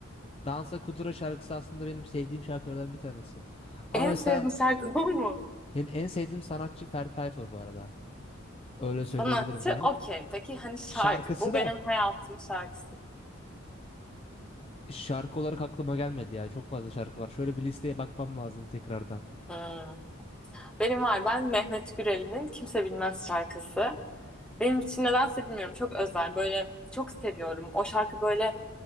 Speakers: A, on the left; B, in the centre.
A: Dansa Kuduro şarkısı aslında benim sevdiğim şarkılardan bir tanesi. Ama
B: En
A: mesela
B: sevdiğim şarkı bu mu?
A: benim en sevdiğim sanatçı Ferdi Tayfur bu arada. Öyle
B: Sanatçı
A: söyleyebilirim sana.
B: okey. Peki hani şarkı.
A: Şarkısı
B: Bu benim
A: da
B: hayatımın şarkısı.
A: şarkı olarak aklıma gelmedi ya. Çok fazla şarkı var. Şöyle bir listeye bakmam lazım tekrardan.
B: Hmm. Benim var. Ben Mehmet Gürel'in Kimse Bilmez şarkısı. Benim için nedense bilmiyorum çok özel. Böyle çok seviyorum. O şarkı böyle